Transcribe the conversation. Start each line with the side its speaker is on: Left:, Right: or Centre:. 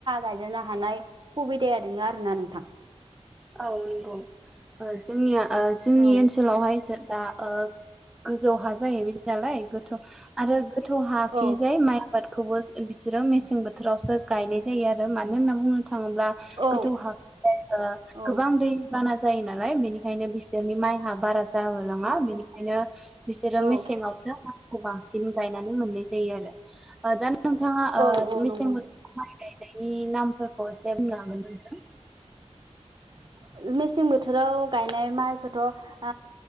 Right: गायजनो हानाय सुबिदाया दङ आरोना नोंथां।
Centre: औ नंगौ जोंनिया जोंनि
Right: औ
Centre: ओनसोलावहाय दा गोजौ हा जाहैबायदि नालाय गोथौ आरो गोथौ हाखैजाय
Right: औ
Centre: माइबाद खौबो बिसोरो मेसें बोथोरावसो गायनाय जायो आरो मानो होनना बुङोब्ला थाङोब्ला
Right: औ
Centre: गोथौ हा ओ
Right: औ
Centre: गोबां दैबाना जायो नालाय बेनिखायनो बिसोरनि माइहा बारा जाहोलाङा बिनि ओंखायनो बिसोरो
Right: औ
Centre: मेसेंवसो आाखौ बांसिन गायनानै मोननाय जायो आरो दा नोंथाङा ओ
Right: औ औ
Centre: मेसें
Right: नंगौ
Centre: बोथोराव माइ गायनायनि नामफोरखौ एसे बुंनो हागोन नोंथां?
Right: <inaudible> मेसें बोथोराव गायनाय माइखौथ'